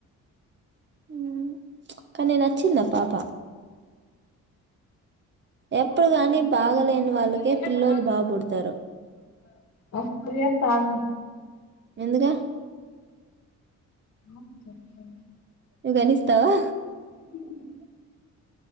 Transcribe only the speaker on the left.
ఓ
టూ
త్రీ ఇయర్స్
ఓ సూర్య తాగు
ఆగు చెప్తా
హు హు